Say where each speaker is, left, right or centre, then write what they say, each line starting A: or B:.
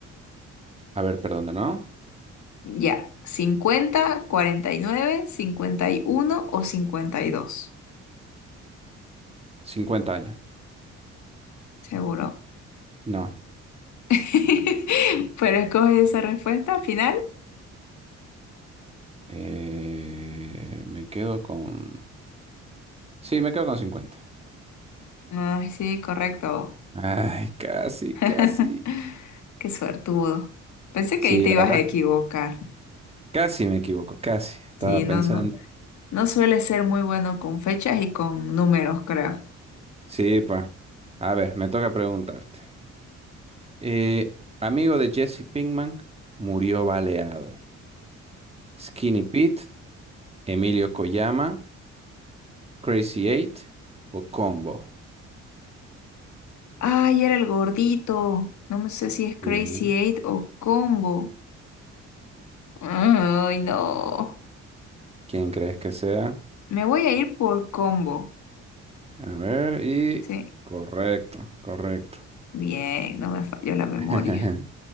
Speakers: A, on the right (about 20°); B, on the left (about 70°).
A: A ver, perdón, ¿de ¿no?
B: Ya, cincuenta, cuarenta y nueve, cincuenta y uno o cincuenta y dos.
A: Cincuenta años.
B: Seguro.
A: No.
B: <laughs> Pero escoge esa respuesta al final.
A: Eh, me quedo con... Sí, me quedo con 50.
B: Ay, sí, correcto.
A: Ay, casi,
B: <laughs>
A: casi.
B: Qué suertudo. Pensé
A: Sí,
B: que ahí te
A: la
B: ibas
A: verdad,
B: a equivocar.
A: casi me equivoco, casi. Estaba
B: Sí, no,
A: pensando.
B: no. No suele ser muy bueno con fechas y con números, creo.
A: Sí, pues. A ver, me toca preguntarte. Eh, amigo de Jesse Pinkman murió baleado. Skinny Pete, Emilio Koyama, Crazy Eight o Combo.
B: Ay, era el gordito. No me sé si es Crazy
A: Bien.
B: Eight o Combo. Ay, no.
A: ¿Quién crees que sea?
B: Me voy a ir por Combo.
A: A ver, y
B: Sí.
A: correcto, correcto.
B: Bien, no me falló la memoria.
A: <laughs>